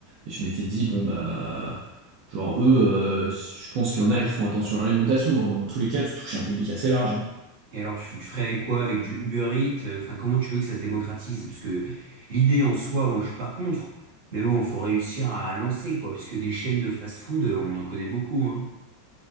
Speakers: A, on the right; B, on the right.
A: et je m'étais dit, bon, bah, genre, eux, euh, je pense qu'il y en a qui font attention à l'alimentation, donc dans tous les cas, tu touches un public assez large. hein.
B: Et alors, tu, tu ferais quoi avec du Uber Eats? euh, Enfin, comment tu veux que ça se démocratise? Parce que l'idée en soi, moi, je suis pas contre. Mais bon, faut réussir à lancer quoi, parce que des chaînes de fast-food, euh, on en connaît beaucoup, hein.